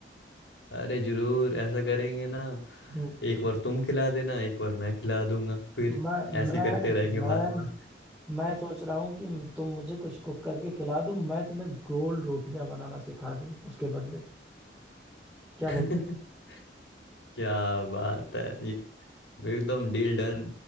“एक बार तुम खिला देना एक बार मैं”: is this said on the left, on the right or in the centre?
Left